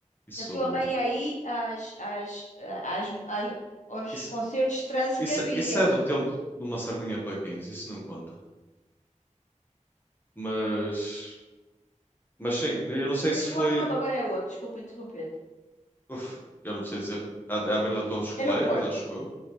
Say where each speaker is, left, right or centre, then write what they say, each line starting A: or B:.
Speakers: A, on the left; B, on the left.
A: isso.
B: A tua mãe ia aí às, às, às, às- aos
A: Isso
B: concertos de transe
A: Isso,
B: que havia.
A: isso é do tempo de uma sardinha para 15, isso não conta. Mas, mas sim, eu não sei se
B: Mas o
A: foi.
B: Art Club agora é onde? Desculpa interromper-te.
A: uf, eu não sei dizer. À, à beira da Torre dos Clérigos,
B: É no Porto.
A: acho eu.